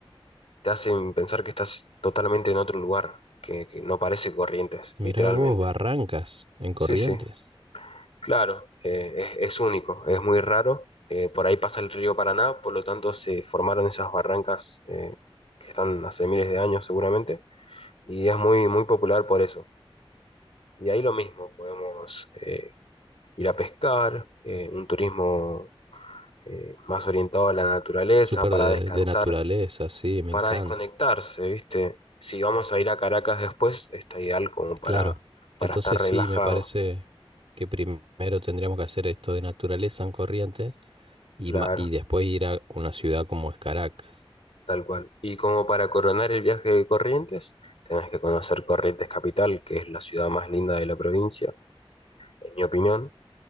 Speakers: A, on the left; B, on the right.
A: te hacen pensar que estás totalmente en otro lugar, que, que no parece Corrientes,
B: mirá
A: literalmente.
B: vos, Barrancas, en Corrientes.
A: Sí, sí, claro, eh, es, es único, es muy raro. eh, por ahí pasa el río Paraná, por lo tanto se formaron esas barrancas eh, que están hace miles de años seguramente, y es muy, muy popular por eso. Y ahí lo mismo, podemos eh, ir a pescar, eh, un turismo eh, más orientado a la naturaleza
B: Súper
A: para
B: de,
A: descansar
B: de naturaleza, sí, me
A: para
B: encanta.
A: desconectarse, ¿viste? Si vamos a ir a Caracas después, está ideal como para,
B: Claro.
A: para
B: Entonces
A: estar relajado,
B: sí, me parece que primero tendríamos que hacer esto de naturaleza en Corrientes y,
A: claro,
B: ma- y después ir a una ciudad como es Caracas.
A: tal cual. Y como para coronar el viaje de Corrientes, tenés que conocer Corrientes Capital, que es la ciudad más linda de la provincia, en mi opinión.